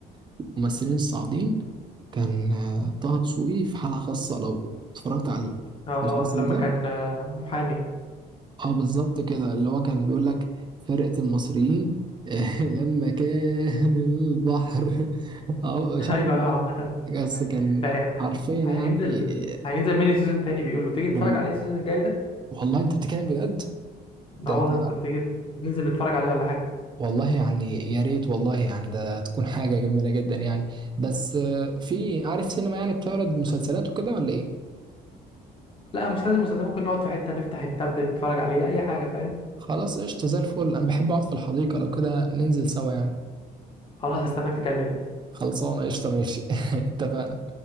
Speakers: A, on the right (about 25°); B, on the left (about 30°).
A: الممثلين الصاعدين كان آه، طه دسوقي في حالة خاصة لو اتفرجت على
B: اه
A: المسلسل
B: لما
A: ده
B: كان آه، محامي
A: اه بالظبط كده اللي هو كان بيقول لك فرقة المصريين <laughs> لما كان البحر <laughs> اه مش
B: <laughs>
A: عارف
B: ايوه
A: إيه
B: ايوه عامه
A: ده. بس كان
B: ده هي-
A: حرفيا
B: هينزل
A: يعني آه،
B: هينزل ميني سيزون تاني بيقولوا تيجي نتفرج
A: وال-
B: عليه السيزون الجاي ده
A: والله انت بتتكلم بجد ده
B: اه
A: انت
B: والله ممكن تيجي ننزل نتفرج عليه ولا حاجه
A: والله يعني يا ريت والله يعني ده تكون حاجة جميلة جدا يعني بس آه، في عارف سينما يعني بتعرض مسلسلات وكده ولا ايه
B: لا مش لازم مسلسل ممكن نقعد في حته نفتح التابلت نتفرج عليه اي حاجه فاهم
A: خلاص قشطة زي الفل انا بحب اقعد في الحديقة لو كده ننزل سوا يعني
B: خلاص هستناك تكلمني
A: خلصانة قشطة ماشي <laughs> اتفقنا